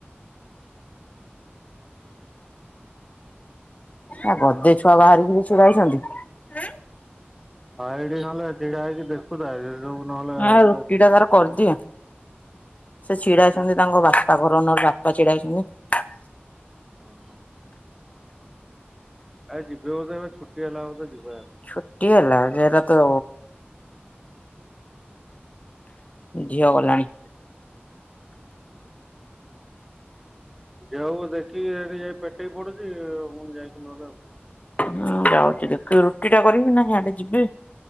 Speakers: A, on the left (about 35°); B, in the centre.
A: ଆ ଗଦେ ଛୁଆ ବାହାରିକିରି ଛିଡ଼ାହେଇଛନ୍ତି।
B: ହଁ ଏଇଠି ନହେଲେ ଛିଡା ହେଇକି ଦେଖୁଥା ସେ ସବୁ ନହେଲେ
A: ଆ
B: ଗୋଟେ।
A: ରୁଟି ଟା ତାର କରିଦିଏ ସେ ଛିଡା ହେଇଛନ୍ତି
B: ନା
A: ତାଙ୍କ ବାପା କରରଣର ବାପା ଛିଡା ହେଇଛନ୍ତି।
B: ଓହୋ। ଆ ଯିବେ ବୋଧେ ଏବେ ଛୁଟି ହେଲା ହଉ ତ ଯିବା ଆ।
A: ଛୁଟିିଲା ଯେ ଏଟ ତ ଝିଅ ଗଲାଣି।
B: ଯଉ ଦେଖିକି ସେଠି ଯାଇ ପେଟେଇ ପଡୁଛି ମୁଁ ଯାଇକି ନହେଲେ ଆ।
A: ହୁଁ ଯାଉଛି ଦେଖୁ ରୁଟି ଟା କରିବି ନା ହି ଆଡ଼େ ଯିବି।